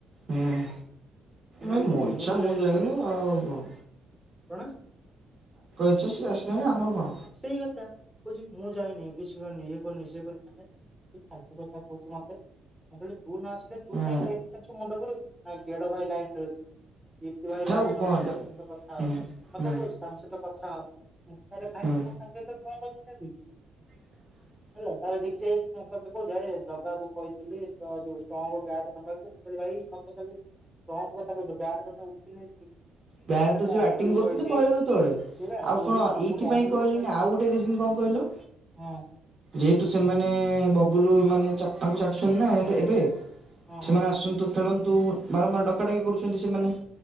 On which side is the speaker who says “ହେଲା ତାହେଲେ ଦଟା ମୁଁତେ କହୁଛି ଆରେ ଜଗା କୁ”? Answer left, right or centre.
Centre